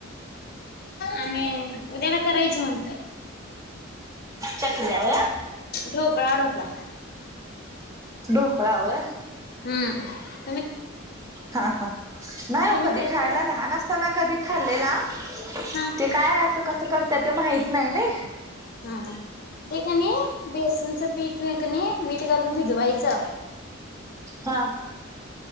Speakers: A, on the right; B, on the left.
A: <inaudible>
B: आणि, उद्याला करायची म्हणताय.
A: चकल्यावर
B: ढोकळा - ढोकळा.
A: ढोकळा व
B: हम्मम.
A: हा हा नाही हो
B: तुम्ही
A: कधी
B: खालता
A: खायला लहान असताना कधी खाल्लेला.
B: हा
A: ते काय? असं कसं करत? ते माहित नाही ना?
B: हम्म. ते काणी बेसनचं पीठ व कणी मीठ का प भिजवायचं
A: हा.